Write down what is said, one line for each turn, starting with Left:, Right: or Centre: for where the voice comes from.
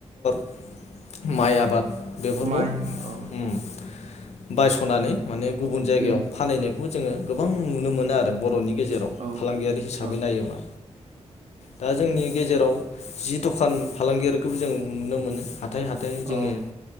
Left: माइ आबाद बेफोरखौ
Right: माइ औ
Left: ओम। बायस नानै माने। गुबुन जायगायाव
Right: उम
Left: फानहनायखौबो जोङो। गोबां नुनो मोनो आरो बरनि। गेजेराव
Right: औ
Left: फालांगियारि हिसाबै
Right: औ
Left: नायोबा दा जोंनि। गेजेराव जि दखान। फालांगियखौबो जों नुनो मोनो। हाथथाय हाइ जोङो।
Right: औ